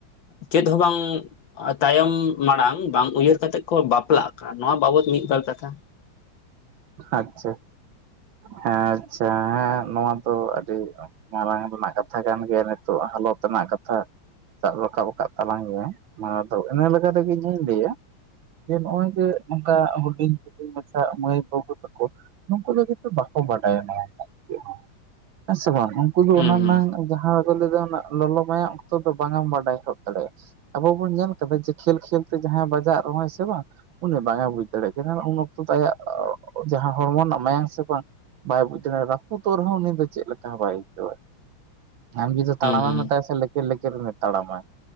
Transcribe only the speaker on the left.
ᱪᱮᱫ ᱦᱚᱸ ᱵᱟᱝ ᱛᱟᱭᱚᱢ ᱢᱟᱲᱟᱝ ᱵᱟᱝ ᱩᱭᱦᱟᱹᱨ ᱠᱟᱛᱮᱜ ᱠᱚ ᱵᱟᱯᱞᱟᱜ ᱠᱟᱱ ᱱᱚᱣᱟ ᱵᱟᱵᱚᱛ ᱢᱤᱫᱵᱟᱨ ᱠᱟᱛᱷᱟ
ᱦᱩᱸ
ᱦᱩᱸ
ᱦᱩᱸ